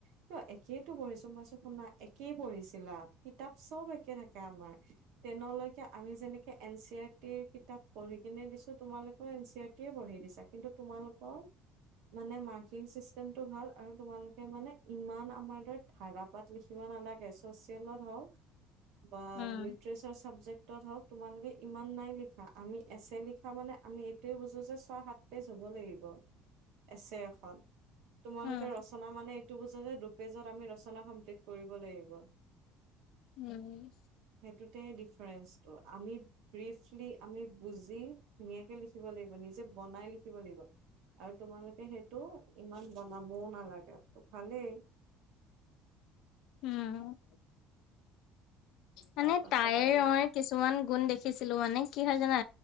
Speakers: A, on the right (about 75°); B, on the left (about 65°).
A: ত একেইটো পঢ়িছো মইছো শুনা একেই পঢ়িছিলা কিতাপ চব একে থাকে আমাৰ তেনলৈকে আমি যেনেকে এন চি আৰ কিতাপ পঢ়ি কিনে দিছো তোমালোকৰ এন চি আৰ টি পঢ়ি দিছা কিন্তু তোমালোকৰ মান মাৰ্কিন চিষ্টেমটো ভাল আৰু তোমালোকে মানে ইমান আমাৰ দৰে ধাৰাপাত লিখিব নালাগে চচিয়েলত হওক বা
B: উম
A: লিটাৰচাৰ চাবজেক্টত হওক তোমালোকে ইমান নাই লিখা আমি এছে লিখা মানে আমি এইটোয়ে বুজো যে ছয় সাত পেজ হ'ব লাগিব। আছে এখন তোমালোকে
B: উম
A: ৰচনা মানে বজা যে দুপেজত আমি ৰচনা কমপ্লিট কৰিব লাগিব।
B: উম
A: সেইটোতে ডিফাৰেন্ঞ্চটো আমি ব্ৰিফলি আমি বুজি, ধুনীয়াকে লিখিব লাগিব। নিজে বনাই লিখিব লাগিব আৰু তোমালোকে সেই টো ইমান বনাবও নালাগে। ত' ভালেই।
B: উম!
A: তাৰ
B: মানে,
A: পাছত
B: তাইৰ
A: আৰু
B: মই কিছুমান গুণ দেখিছোঁ। মানে, কি হয় জানা!